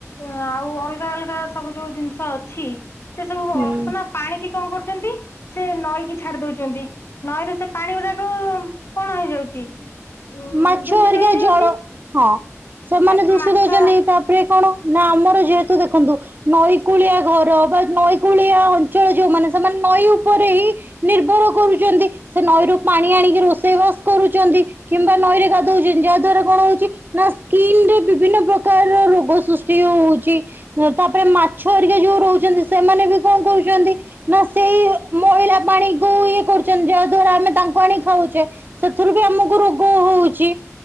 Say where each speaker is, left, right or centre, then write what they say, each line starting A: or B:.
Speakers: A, on the left; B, on the right.
A: ଆଉ ଅଲଗା ଅଲଗା ସବୁ ଯୋଉ ଜିନିଷ ଅଛି ସେ ସବୁ
B: ହୁଁ
A: ଅସନା ପାଣି କିି କଣ କରୁଛନ୍ତି ସେ ନଈକି ଛାଡି ଦଉଛନ୍ତି ନଈରେ ସେ ପାଣି ଗୁଡାକ କଣ ହେଇଯାଉଛି ଉ
B: ମାଛ
A: ଦୂଷିତ
B: ଆରିକା
A: ହେଇଯାଉଛି
B: ଜଳ ହଁ ସେମାନେ
A: ସେ
B: ଦୂଷ
A: ମାଛ
B: ଦଉଛନ୍ତି ତାପରେ କଣ ନା ଆମର ଯେହେତୁ ଦେଖନ୍ତୁ ନଈକୂଳିଆ ଘର ବା ନଈକୂଳିଆ ଚଳ ଯଉ ମାନେ ସେମାନେ ନଈ ଉପରେ ହିଁ ନିର୍ଭର କରୁଛନ୍ତି ସେ ନଈରୁ ପାଣି ଆଣିକି ରୋଷେଇବାସ କରୁଛନ୍ତି। କିମ୍ବା ନଈରେ ଗାଧଉଛନ୍ତି ଯାହା ଦ୍ୱାରା କଣ ହଉଛି ନା ସ୍କିନ ରେ ବିଭିନ୍ନ ପ୍ରକାର ରୋଗ ସୃଷ୍ଟି ହଉଛି ହୁଁ ତାପରେ ମାଛ ଆରିକ ଯୋଉ ରହୁଛନ୍ତି ସେମାନେ ବି କଣ କରୁଛନ୍ତି ନା ସେଇ ଇ ମଇଳା ପାଣି କୁ ଇଏ କରୁଛନ୍ତି ଯାହାଦ୍ଵାରା ଆମେ ତାଙ୍କୁ ଆଣି ଖାଉଛେ ସେଥିରୁ ବି ଆମକୁ ରୋଗ ହ ହଉଛି।